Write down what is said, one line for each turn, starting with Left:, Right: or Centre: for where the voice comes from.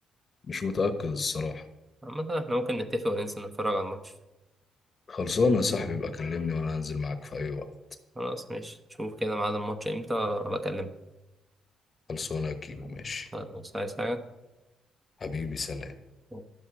Left: مش متأكد الصراحة
Right: عامة احنا ممكن نتفق وننزل نتفرج على الماتش
Left: خلصانه يا صاحبي يبقى كلمني وانا هنزل معاك في اي وقت
Right: خلاص ماشي شوف كده ميعاد الماتش امتى بكلمك
Left: خلصانه يا كيمو ماشي
Right: خلاص عايز
Left: حبيبي سلام
Right: حاجة